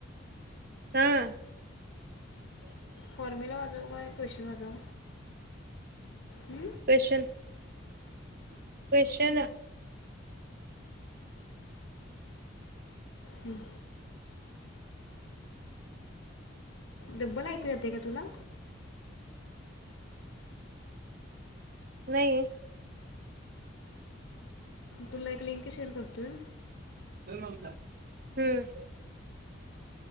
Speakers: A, on the right (about 45°); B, on the left (about 60°).
A: हं
B: फॉर्मिला वाजव व्हय क्वेशन वाजव हु
A: क्वेशन क्वेश्चनं
B: हम्म. डब्बल ऐकू येतय का तुला?
A: नाई
B: तुला एक लिंक शेअर करतोय
A: हम्म